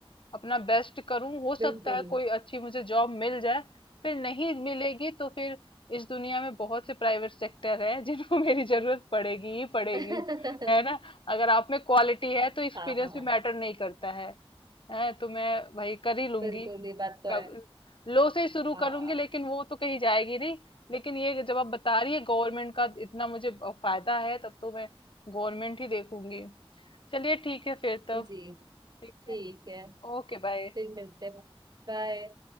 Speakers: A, on the left; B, on the right.
A: अपना बेस्ट करूँ हो सकता
B: बिल्कुल
A: है कोई अच्छी मुझे जॉब मिल जाए फिर नहीं मिलेगी तो फिर इस दुनिया में बहुत से प्राइवेट सेक्टर है <laughs> जिनको मेरी जरूरत पड़ेगी ही पड़ेगी
B: <laughs>
A: है ना अगर आप में क्वालिटी है तो एक्सपीरियंस
B: हाँ
A: भी मैटर नहीं करता है है तो मैं भाई कर ही लूंगी
B: बिल्कुल ये बात तो है
A: कब लो से ही शुरू
B: हाँ
A: करूंगी लेकिन वो तो कहीं जाएगी नहीं लेकिन ये जब आप बता रही है गवर्नमेंट का इतना मुझे फायदा है तब तो मैं गवर्नमेंट ही देखूंगी चलिए ठीक है फिर तब
B: जी
A: ठीक
B: ठीक
A: है
B: है
A: Okay bye
B: फिर मिलते हैं बाय